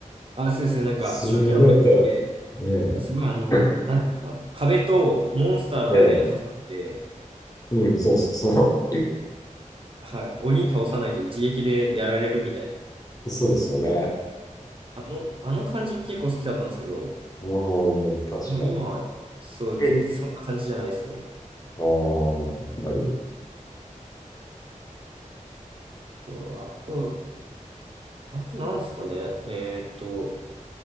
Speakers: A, on the right; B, on the left.
A: あ、そうですねなんか、
B: すごいやったよ。
A: 初期の時って、
B: ねえ、
A: すごいあの、なんていうんですか、壁とモンスターの間に挟んで、
B: ねえ、うん、そうそうそ
A: はい、鬼倒さないと一撃でやられるみたいな。
B: う。<laughs> そうですよね。
A: あの、あの感じ結構好きだったんですけど、
B: うん、確かに。
A: もう今は、そう、
B: うん
A: 全然そんな感じじゃないですね。
B: ああ、やっぱり。
A: そうあと、あと何ですかね。えーっと、